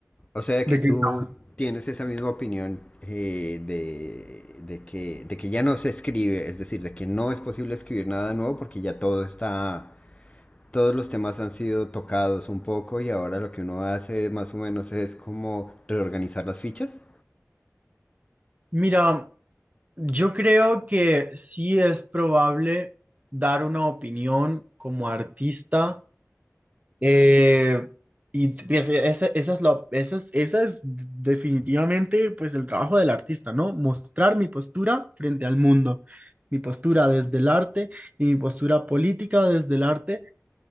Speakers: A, on the left; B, on the right.
A: O sea
B: de
A: que tú
B: que no.
A: tienes esa misma opinión eh, de, de que, de que ya no se escribe, es decir, de que no es posible escribir nada nuevo porque ya todo está todos los temas han sido tocados un poco y ahora lo que uno hace más o menos es como reorganizar las fichas.
B: Mira, yo creo que sí es probable dar una opinión como artista Eh, y pues, e- esa, esa es la, esa es, esa es definitivamente pues el trabajo del artista, ¿no? Mostrar mi postura frente al mundo, mi postura desde el arte y mi postura política desde el arte